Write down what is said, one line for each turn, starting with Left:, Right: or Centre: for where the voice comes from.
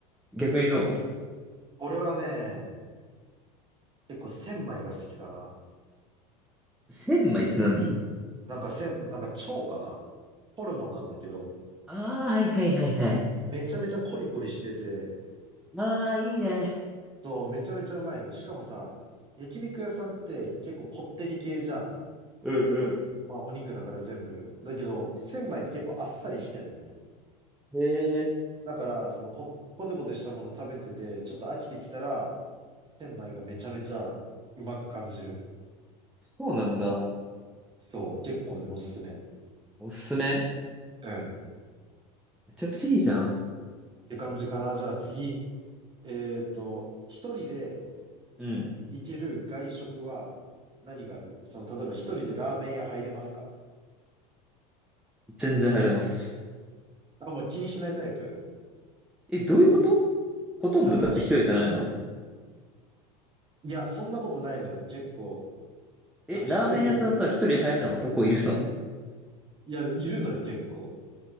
Centre: 逆にどう
Right: 俺はね、結構千枚が好きかな。
Centre: 千枚って何
Right: なんか千、なんか蝶かな。ホルモンなんだけど、
Centre: ああー、はいはいはいはい。
Right: めちゃめちゃコリコリしてて、
Centre: ああ、いいね。
Right: そう、めちゃめちゃうまいの。しかもさ、焼肉屋さんって結構こってり系じゃん。
Centre: うん
Right: まあお肉だから全部。だけど、千枚って結構あっさりしてんのね。
Centre: うん。へえ、
Right: だから、そのこ、コテコテしたもの食べてて、ちょっと飽きてきたら、千枚がめちゃめちゃうまく感じる。
Centre: そうなんだ。
Right: そう、結構ね、おすすめ。
Centre: おすすめ
Right: うん。っ
Centre: めちゃくちゃいいじゃん。
Right: て感じかな。じゃあ次。えっと、一人で
Centre: うん。
Right: 行ける外食は何があるその、例えば一人でラーメン屋入れますか
Centre: 全然入れます。
Right: あ、もう気にしないタイプ
Centre: え、どういうことほとんどだって一人じゃないの
Right: え、なんかさ、ひいや、そんなことないのよ。結構、
Centre: え、
Right: なんか一人で、
Centre: ラーメン屋さんさ、一人入れない男いるの
Right: いや、いるのよ、結構。